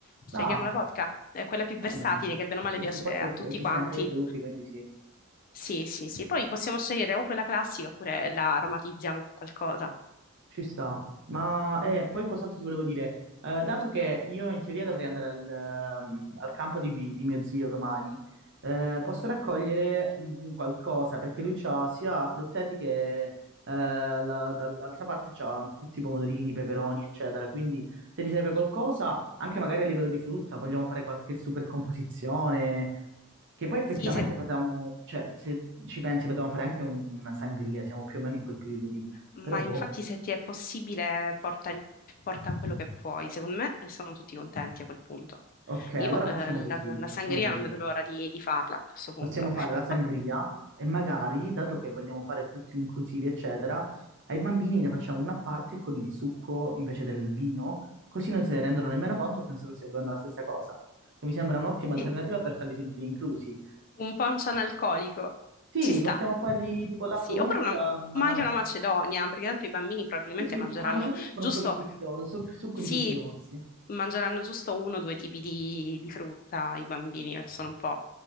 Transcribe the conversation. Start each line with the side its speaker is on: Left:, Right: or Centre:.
Left: Scegliamo
Right: Ah,
Left: la vodka, è quella più versatile,
Right: va bene.
Left: che bene o male
Right: Sì,
Left: piace
Right: sì, forse
Left: a tutti
Right: esiste
Left: quanti.
Right: anche ai frutti, quindi sì.
Left: Sì, sì, sì, poi possiamo scegliere o quella classica oppure la aromatizziamo con qualcosa.
Right: Ci sta, ma eh, poi cos'altro ti volevo dire? Eh, dato che io in teoria dovrei andare al, ehm, al campo di, di mio zio domani, eh, posso raccogliere mm, qualcosa perché lui ha sia frutteti che eh, la- dall'altra parte c'ha tutti i pomodorini, peperoni, eccetera. Quindi se ti serve qualcosa, anche magari a livello di frutta, vogliamo fare qualche super composizione, che poi effettivamente
Left: Sì, se
Right: potevamo, cioè se ci pensi potevamo fare anche un- una sangria, siamo più o meno in quel periodo lì.
Left: Ma
Right: Però boh.
Left: infatti se ti è possibile porta, il- porta quello che puoi, secondo me eh, sono tutti contenti a quel punto.
Right: Ok, allora
Left: Io eh,
Right: facciamo così,
Left: la, la sangria
Right: facciamo così.
Left: non vedo l'ora di, di farla a questo punto.
Right: Possiamo fare la sangria
Left: Ma-
Right: e magari, dato che vogliamo fare tutti inclusivi, eccetera, ai bambini ne facciamo una a parte con il succo invece del vino, così non se ne rendono nemmeno conto e penso che stia bevendo la stessa cosa. E mi sembra un'ottima
Left: Sì.
Right: alternativa per farli sentire inclusi.
Left: Un poncio analcolico,
Right: Sì,
Left: ci sta.
Right: possiamo fargli tipo la
Left: Sì,
Right: frutta,
Left: oppure una,
Right: ma-
Left: ma anche una macedonia, perché tanto i bambini probabilmente
Right: sì, sì,
Left: mangeranno
Right: facciamo una macedonia con
Left: giusto,
Right: un po' di frutti rossi, succo
Left: sì,
Right: di frutti rossi.
Left: mangeranno giusto uno o due tipi di, di frutta, i bambini, perché sono un po',